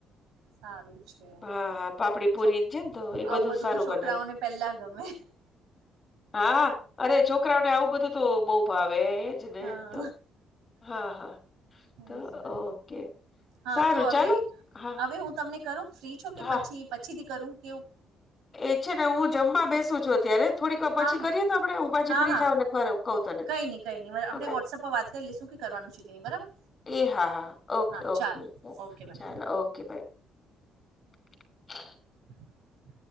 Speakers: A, on the right; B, on the left.
A: સારું છે.
B: હા હા પાપડી
A: છોક
B: પુરી છે ને તો એ
A: આવું બધું
B: સારું
A: તો છોકરાઓને
B: બને.
A: પેલા ગમે.
B: હા અરે છોકરાઓને આવું બધું તો બહુ ભાવે. જેને
A: હા,
B: તો હા હા તો
A: એ જ ને.
B: ઓકે
A: હા,
B: સારું
A: તો હવે
B: ચાલો હા
A: હવે હું તમને કરુ ફ્રી છો કે
B: હા
A: પછી પછીથી કરું કેવુ
B: એ છે ને હું જમવા બેસું છું અત્યારે. થોડીક વાર
A: હા
B: પછી
A: હા
B: કરીએ તો આપણે હું પાછી
A: હા
B: ફ્રી
A: હા
B: થાવ ને ખરો કહું તને
A: કઈ નહી કઈ નહી આપણે
B: ઓકે
A: વોટ્સઅપ પર વાત કરી લઈ શું કે કરવાનું છે. બરાબર
B: એ હા હા ઓકે
A: હા
B: ઓકે
A: ચાલો ઓકે બાય
B: ચાલો ઓકે <inaudible>
A: <inaudible>